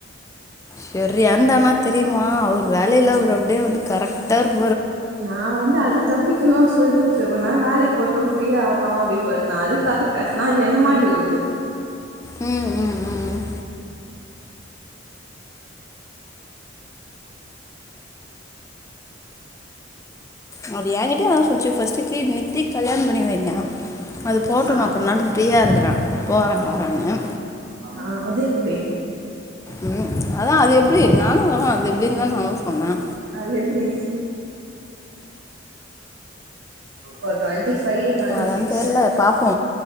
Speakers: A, on the left; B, on the right.
A: செரியானதமாத் தெரியுமா அவர் வேலில ஒரு அப்படியே வந்து கரெக்ட் த <unintelligible>
B: நான் வந்து அது தப்பிக்கணும் சொல்லிட்டு கொச்சக்கனா வேலைக்கு போட்டோம் ஃப்ரீயா ஆகட்டும் அப்படின்னு சொல்லிட்டு நான் அதுக்காக பேசனா அது என்ன மாட்டி ஊத்து
A: உம் உம் உம் அப்படி என்கிட்ட அத சொல்லுச்சு ஃபஸ்ட்டுக்கு நித்தி கல்யாண பண்ணி வைங்க அது போட்டும்
B: ஆ
A: நான் கொஞ்ச நாள் ஃப்ரீயா இருக்கறேன் போறேன் வரேனு
B: ஆ அது எப்டி
A: உம் அதான் அது எப்படி நானும் அது எப்படி இருந்தான் நானும் சொன்னேன்
B: அது எப்டி ஒரு டுவெண்ட்டி ஃபைவ் தான்டி
A: அதா
B: சிக்ஸ்
A: தெர்ல பாப்போ